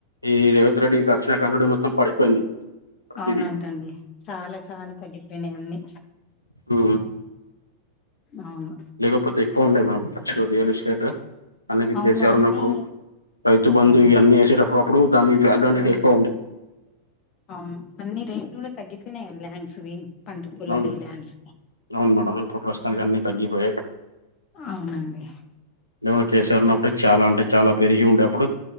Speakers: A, on the left (about 80°); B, on the left (about 35°).
A: ఈ రేవంత్ రెడ్డి వచ్చిన కానుండి మొత్తం పడిపోయింది ప్రతిదీ
B: అవునంటండి చాలా చాలా తగ్గిపోయినాయి అన్నీ
A: ఊ
B: అవును
A: లేకపోతే ఎక్కువ ఉండే మేం అక్చువల్లీ రియల్ ఎస్టేట్ అనేది
B: అవును
A: కే సీ ఆర్
B: అన్ని
A: ఉన్నప్పుడు రైతు బంధు
B: అవును
A: ఇవి అన్నీ వేసేటప్పుడు అప్పుడు దాని వ్యాల్యూ అనేది ఎక్కువ ఉండే
B: అవును అన్నీ రేట్లు కూడా తగ్గిపోయినాయండి ల్యాండ్స్ వి పంట పొలాలవి
A: అవును
B: ల్యాండ్స్
A: అవును మేడం ఇప్పుడు ప్రస్తుతానికి అన్నీ తగ్గిపోయాయి
B: అవునండి
A: లేవుంటే కే సి ఆర్ ఉన్నప్పుడు చాలా అంటే చాలా పెరిగి ఉండే అప్పుడు